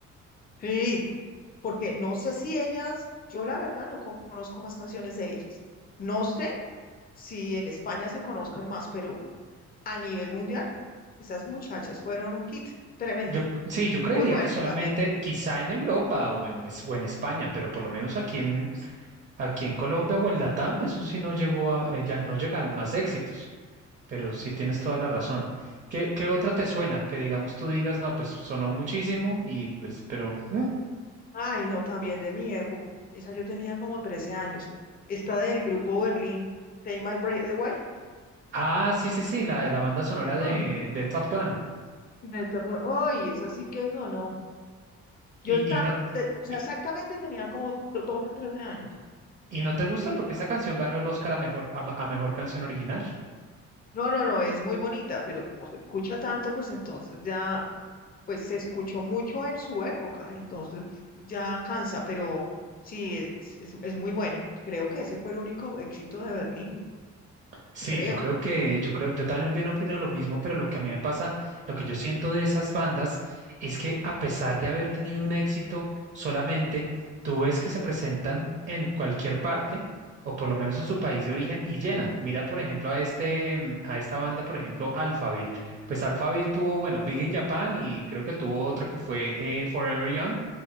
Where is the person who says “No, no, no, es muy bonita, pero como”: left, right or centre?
Left